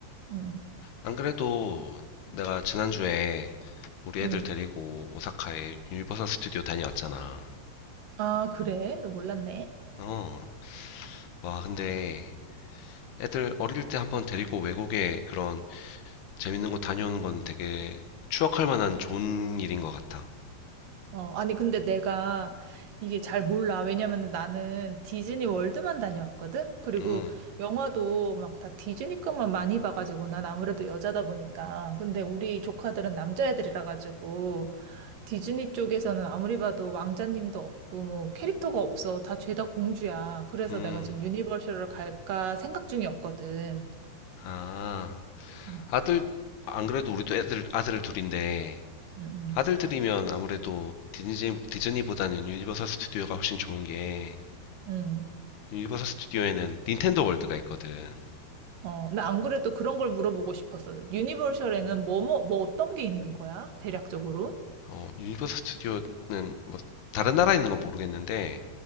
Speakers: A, on the right (about 65°); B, on the left (about 80°).
A: 응,
B: 안 그래도 내가 지난주에 우리
A: 응.
B: 애들 데리고 오사카에 유니버설 스튜디오 다녀왔잖아.
A: 아, 그래? 나 몰랐네.
B: 어. 와, 근데 애들 어릴 때 한 번 데리고 외국에 그런 재밌는 곳 다녀오는 건 되게 추억할 만한 좋은 일인 것 같아.
A: 어, 아니, 근데 내가 이게 잘 몰라. 왜냐면은 나는 디즈니 월드만 다녀왔거든? 그리고
B: 음.
A: 영화도 막 다 디즈니 것만 많이 봐가지고 난 아무래도 여자다 보니까. 근데 우리 조카들은 남자애들이라 가지고 디즈니 쪽에서는 아무리 봐도 왕자님도 없고 뭐 캐릭터가 없어. 다 죄다 공주야. 그래서
B: 음.
A: 내가 지금 유니버셜을 갈까 생각 중이었거든.
B: 아.
A: 음,
B: 아들, 안 그래도 우리도 애들, 아들 둘인데
A: 음,
B: 아들들이면 아무래도 디즈니, 디즈니보다는 유니버설 스튜디오가 훨씬 좋은 게
A: 음.
B: 유니버설 스튜디오에는 닌텐도 월드가 있거든.
A: 어, 나 안 그래도 그런 걸 물어보고 싶었어. 유니버셜에는 뭐, 뭐, 뭐 어떤 게 있는 거야? 대략적으로?
B: 어, 유니버설 스튜디오는 뭐 다른 나라에 있는 건 모르겠는데